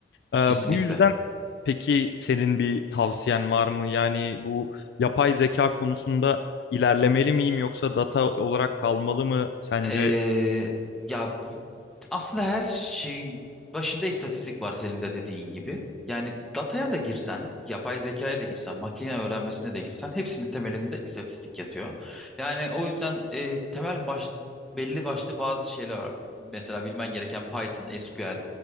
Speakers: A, on the left; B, in the centre.
A: Ee,
B: kesinlikle.
A: bu yüzden peki senin bir tavsiyen var mı? Yani bu yapay zeka konusunda ilerlemeli miyim yoksa data olarak kalmalı mı sence?
B: Ee, ya bu aslında her şeyin başında istatistik var senin de dediğin gibi. Yani dataya da girsen, yapay zekaya da girsen, makine öğrenmesine de girsen hepsinin temelinde istatistik yatıyor. Yani o yüzden e, temel baş, belli başlı bazı şeyler var. Mesela bilmen gereken Python, SQL